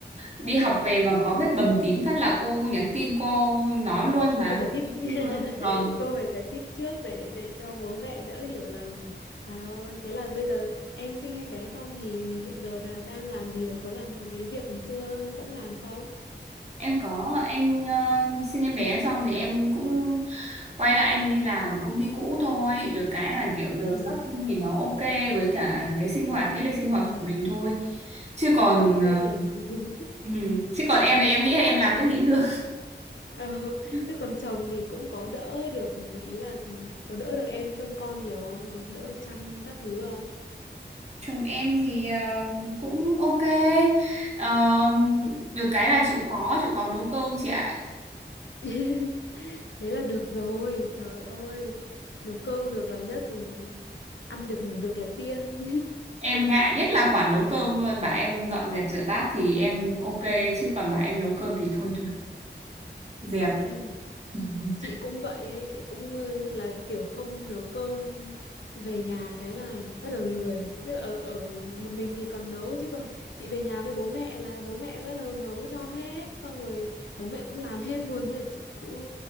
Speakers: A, on the right; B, on the left.
A: đi học về mà có vết bầm tím phát là cô nhắn tin cô nói luôn mà
B: cô giải thích <laughs>
A: Nói luôn. vâng
B: cô phải giải thích trước để để cho bố mẹ đỡ hiểu lầm trời ơi thế là bây giờ em sinh em bé xong thì hiện giờ là đang làm gì rồi có làm cái việc ngày xưa vẫn làm không
A: em có em ờ, sinh em bé xong thì em cũng quay lại em đi làm ở công ty cũ thôi được cái là kiểu giờ
B: ừ
A: giấc thì nó ok với cả cái sinh hoạt cái lịch sinh hoạt
B: ừ
A: của mình thôi chứ còn
B: thế
A: ờ,
B: còn <laughs>
A: ừ, chứ còn em thì em nghĩ là em làm cái gì cũng được
B: ừ.
A: <laughs>
B: thế còn chồng thì cũng có đỡ được ý là có đỡ được em trông con nhiều không có đỡ chăm các thứ không
A: chồng em thì ờ, cũng ok Ờ, được cái là chịu khó chịu khó nấu cơm chị ạ
B: <laughs> thế là được rồi trời ơi nấu cơm được là nhất rồi ăn được ngủ được là tiên
A: em ngại nhất là khoản nấu cơm luôn bảo em dọn dẹp rửa bát thì em ok chứ còn bảo em nấu cơm thì thôi thôi dẹp
B: <laughs> ừ.
A: <laughs>
B: chị cũng vậy ấy, chị cũng ừ, là kiểu không nấu cơm về nhà cái là bắt đầu lười Tức là ở ở một mình thì còn nấu chứ còn chị về nhà với bố mẹ là bố mẹ bắt đầu nấu cho hết xong rồi bố mẹ cũng làm hết luôn thế là chị cứ